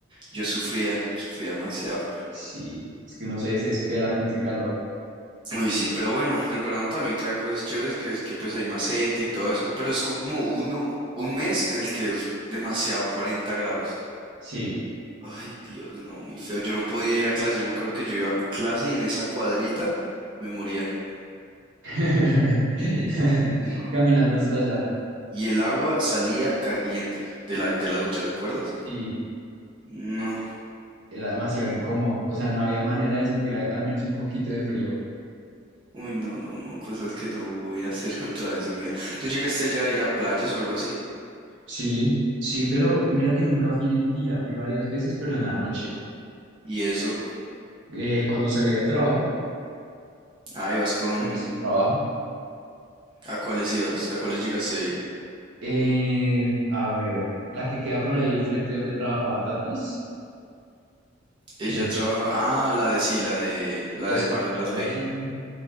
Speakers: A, on the right (about 25°); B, on the right (about 65°).
A: Yo sufría, sufría demasiado.
B: Sí, es que uno se desespera con ese calor.
A: Uy, sí, pero bueno, el verano también trae cosas chéveres que es que pues hay más gente y todo eso, pero es como uno, un mes en el que es demasiado, 40 grados.
B: Sí.
A: Ay, Dios, no, muy feo. Yo no podía ir a clase, yo me acuerdo que yo iba a clase y en esa cuadrita me moría.
B: <laughs>
A: No.
B: Caminando hasta allá.
A: Y el agua salía caliente de la, de la ducha, ¿te acuerdas?
B: Sí,
A: No.
B: era demasiado incómodo. O sea, no había manera de sentir a- al menos un poquito de frío.
A: Uy, no, no, no, cosas que no voy a hacer <laughs> otra vez en mi vida. ¿Tú llegaste allá a ir a playas o algo así?
B: Sí, sí, pero mira que nunca fui en el día. Fui varias veces, pero en la noche.
A: ¿Y eso?
B: Eh, cuando salía del trabajo,
A: Ah, ibas con...
B: bueno, del trabajo.
A: ¿A cuáles ibas? ¿A cuáles llegaste a ir?
B: Eh, a ver, la que queda por ahí frente donde trabajaba Tatis.
A: Ella
B: en
A: trabaja. Ah, la de. Sí, la de. La
B: esa
A: de Balutas
B: que queda
A: Bay.
B: ahí.